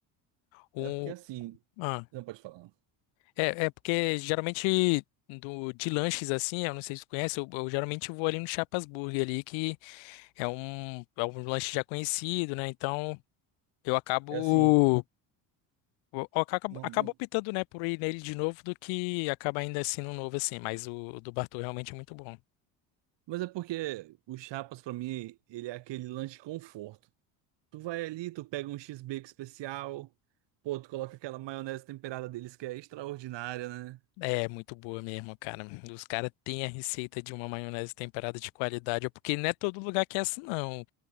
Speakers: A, on the left; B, on the right.
A: O
B: É porque assim,
A: ah,
B: não pode falar.
A: é, é porque geralmente do, de lanches assim, eu não sei se tu conhece, eu, eu geralmente vou ali no Chapas Burger ali, que é um, é um lanche já conhecido, né? Então eu acabo.
B: É assim,
A: O- o- acaba
B: não,
A: acaba
B: não-
A: optando, né, por ir nele de novo do que acaba ainda assim no novo, assim. Mas o, o do Bartô realmente é muito bom.
B: Mas é porque o Chapas, pra mim, ele é aquele lanche conforto. Tu vai ali, tu pega um X-Bacon especial, pô, tu coloca aquela maionese temperada deles que é extraordinária, né?
A: É muito boa mesmo, cara. Os caras têm a receita de uma maionese temperada de qualidade. é Porque não é todo lugar que é assim, não.